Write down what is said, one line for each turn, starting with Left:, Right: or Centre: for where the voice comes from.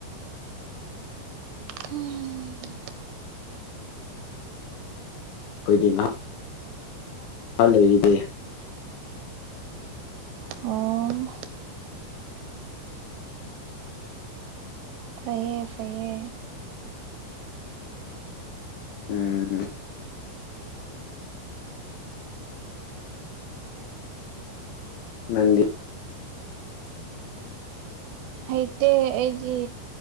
Right: ꯍꯝ꯫
Left: ꯑꯣꯏꯗꯤ ꯉꯍꯥ꯫ ꯍ ꯂꯩꯔꯤꯗ꯫
Right: ꯎꯝ꯫ ꯐꯩꯌꯦ ꯐꯩꯌꯦ꯫
Left: ꯎꯝ ꯎꯝ꯫ ꯅꯪꯗꯤ꯫
Right: ꯍꯩꯇꯦ ꯑꯩꯒꯤ꯫